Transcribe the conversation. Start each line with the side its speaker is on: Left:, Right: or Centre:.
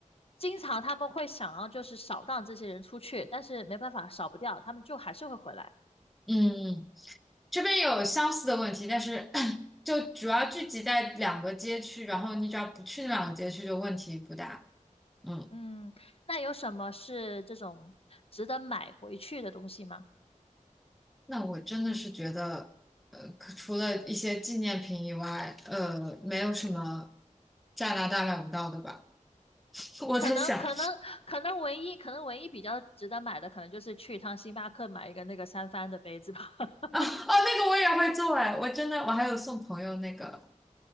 Left: 经常他们会想要就是扫荡这些人出去，但是没办法扫不掉，他们就还是会回来。
Centre: 嗯，这边有相似的问题，但是 <clears throat> 就主要聚集在两个街区，然后你只要不去那两个街区，就问题不大。嗯，
Left: 嗯，那有什么是这种值得买回去的东西吗？
Centre: 那我真的是觉得，呃，可除了一些纪念品以外，呃，没有什么加拿大买不到的吧？<laughs> 我在想
Left: 可能可能可能唯一可能唯一比较值得买的，可能就是去一趟星巴克买一个那个三番的杯子吧，<laughs>
Centre: 啊，哦，那个我也会做哎，我真的我还有送朋友那个